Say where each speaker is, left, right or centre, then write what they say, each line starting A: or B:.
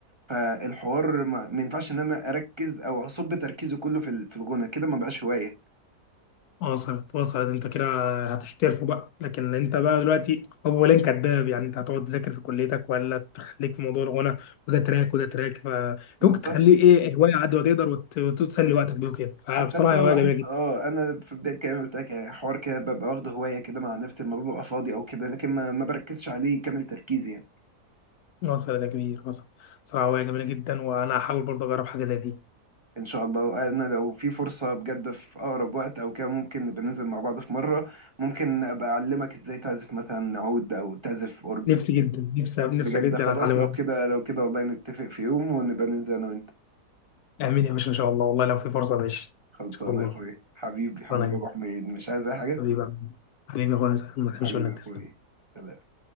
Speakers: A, on the right; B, on the left.
A: فالحوار ما ما ينفعش ان انا اركز او اصب تركيزي كله في ال- في الغنى كده ما بقاش هوايه
B: وصلت وصلت انت كده هتحترفه بقى لكن انت بقى دلوقتي اولا كداب يعني انت هتقعد تذاكر في كليتك ولا تخليك في موضوع الغنى وده تراك وده تراك فانت
A: بالظبط
B: ممكن تخليه ايه هوايه عاد ما تقدر وت- وت- وتسلي وقتك بيه وكده فبصراحه
A: حتى انت لو
B: هوايه
A: لاحظت
B: جميله جدا
A: اه انا في بدايه كلامي قلت لك يعني حوار كده ببقى واخده هوايه كده مع نفسي لما ببقى فاضي او كده لكن ما ما بركزش عليه كامل تركيزي يعني.
B: وصلت يا كبير وصلت بصراحه هوايه جميله جدا وانا هحاول برضه اجرب حاجه زي دي
A: ان شاء الله وانا لو في فرصة بجد في اقرب وقت او كده ممكن نبقى ننزل مع بعض في مرة ممكن ابقى اعلمك ازاي تعزف مثلا عود او تعزف اورج
B: نفسي جدا نفسي نفسي
A: بجد
B: جدا
A: خلاص
B: اتعلم
A: لو
B: عوم.
A: كده لو كده والله نتفق في يوم ونبقى ننزل انا وانت
B: امين يا باشا ان شاء الله والله لو في فرصه ماشي
A: خلصانه
B: ان شاء الله
A: يا اخويا حبيبي حبيبي
B: ربنا يعينك.
A: يا ابو حميد مش عايز اي حاجة
B: حبيبي يا عم. حبيبي يا اخويا ما تحبش
A: حبيبي
B: منك
A: يا اخويا
B: تسلم
A: سلام.